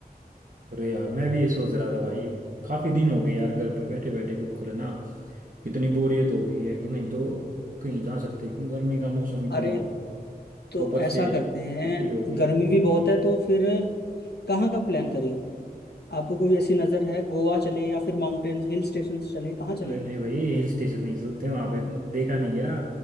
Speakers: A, on the right; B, on the left.
A: अरे यार मैं भी यही सोच रहा था भाई काफी दिन हो गए यार घर पे बैठे बैठे बिल्कुल है ना इतनी बोरियत हो गई है कि नहीं तो कहीं जा सकते क्यों गर्मी का मौसम इतना
B: अरे
A: हो गया
B: तो
A: ऊपर से
B: ऐसा करते हैं
A: छुट्टी हो गई
B: गर्मी भी बहुत है तो फिर कहाँ का प्लान करें आपको कोई ऐसी नज़र है गोवा चलें या फिर माउंटेन हिल स्टेशन चलें कहाँ चलें
A: अरे नहीं भाई हिल स्टेशन नहीं चलते वहां पे अब देखा नहीं गया